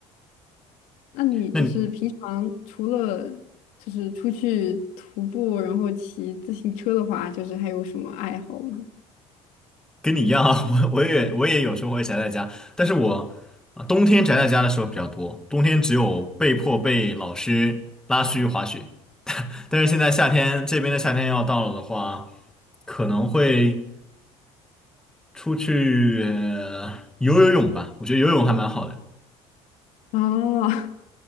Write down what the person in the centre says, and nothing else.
那你
跟你一样啊，<laughs> 我我也我也有时候会宅在家，但是我啊冬天宅在家的时候比较多，冬天只有被迫被老师拉出去滑雪，但是现在夏天这边的夏天要到了的话，可能会出去呃游游泳吧，我觉得游泳还蛮好的。